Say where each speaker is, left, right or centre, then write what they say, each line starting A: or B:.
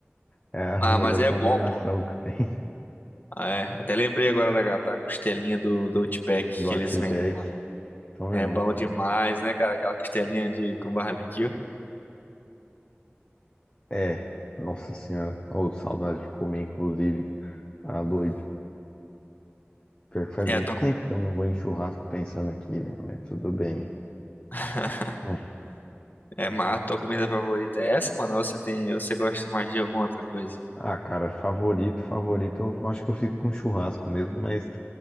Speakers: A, on the left; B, on the left.
A: é a
B: Ah,
A: melhor
B: mas é
A: combinação
B: bom, pô.
A: que tem <laughs>
B: Ah, é, até lembrei agora da, da costelinha do, do Outback
A: do
B: que
A: Outback.
B: eles vendem.
A: Então,
B: É
A: eu.
B: bom demais, né, cara? Aquela costelinha de com barbecue.
A: É, nossa senhora. Ô, saudade de comer, inclusive. Ah, doido. Pior que faz muito
B: É a tua,
A: tempo
B: com-
A: que eu não vou em churrasco pensando aqui, mas tudo bem.
B: <laughs>
A: É.
B: é, mas a tua comida favorita é essa, mano? Ou você tem, ou você gosta mais de alguma outra coisa?
A: Ah, cara, favorito, favorito. Eu acho que eu fico com churrasco mesmo, mas